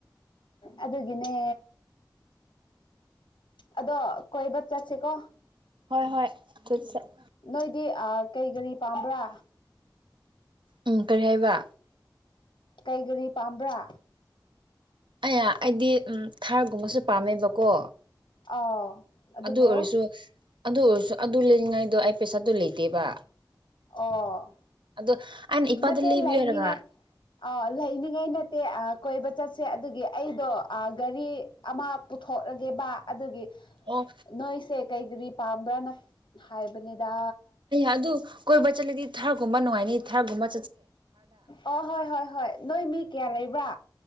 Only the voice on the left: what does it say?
ꯑꯗꯨꯒꯤꯅꯦ ꯑꯗꯣ ꯀꯣꯏꯕ ꯆꯠꯁꯤꯀꯣ꯫
ꯅꯣꯏꯗꯤ ꯑ ꯀꯩ ꯒꯔꯤ ꯄꯥꯝꯕ꯭ꯔꯥ
ꯀꯩ ꯒꯔꯤ ꯄꯥꯝꯕ꯭ꯔꯥ
ꯑꯥꯎ ꯑꯗꯨꯕꯨ
ꯑꯣ
ꯅꯠꯇꯦ
ꯂꯩꯅꯤꯉꯥꯏ
ꯑ ꯂꯩꯅꯤꯡꯉꯥꯏ ꯅꯠꯇꯦ ꯑ ꯀꯣꯏꯕ ꯆꯠꯁꯦ ꯑꯗꯨꯒꯤ ꯑꯩꯗꯣ ꯑ ꯒꯥꯔꯤ ꯑꯃ ꯄꯨꯊꯣꯛꯔꯒꯦꯕ ꯑꯗꯨꯒꯤ
ꯅꯣꯏꯁꯦ ꯀꯩ ꯒꯔꯤ ꯄꯥꯝꯕ꯭ꯔꯥꯅ ꯍꯥꯏꯕꯅꯤꯗ
ꯑꯣ ꯍꯣꯏ ꯍꯣꯏ ꯍꯣꯏ ꯅꯣꯏ ꯃꯤ ꯀꯌꯥ ꯂꯩꯕ꯭ꯔꯥ꯫